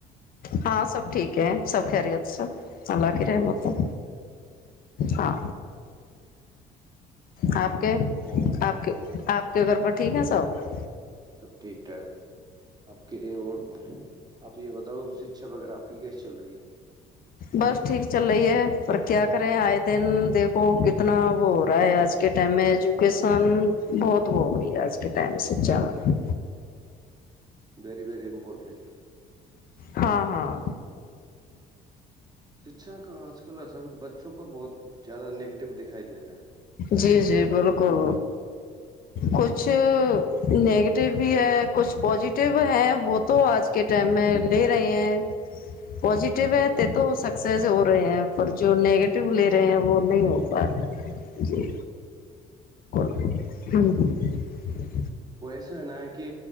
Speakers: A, on the left; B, on the right.
A: ہاں سب ٹھیک ہے سب خیریت سب اللہ کی رحمت
B: سب
A: ہے
B: کہہ رہے تھے
A: ہا آپ
B: اور
A: آپ کے آپ کے گھر پر ٹھیک ہے سب
B: سب ٹھیک ٹھاک آپ کے اور آپ یہ بتاؤ اچھا بغیر آپ کی گیس چل رہی ہے
A: بس ٹھیک چل رہی ہے پر کیا کریں آئے دن دیکھو کتنا وہ ہو رہا ہے آج کے ٹائم میں ایجوکیشن بہت ہو گئی ہے آج کے ٹائم سچا میں
B: ویری ویری امپورٹنٹ
A: ہاں ہاں
B: شکشا کا آج کل اثر بچوں پر بہت زیادہ نگیٹو دکھائی دے رہا ہے
A: جی جی بالکل کچھ چ
B: ہے ہ
A: نیگیٹیو بھی ہے کچھ پزیٹیو ہے وہ تو آج کے ٹائم میں لے رہے ہیں پزیٹیو ہے تو سکسیس ہو رہے ہیں پر جو نگیٹی لے رہے ہیں وہ نہیں
B: تو
A: ہو
B: ہے ہی
A: پا رہے ہوں
B: وہ ایسا ہے نا ہے کہ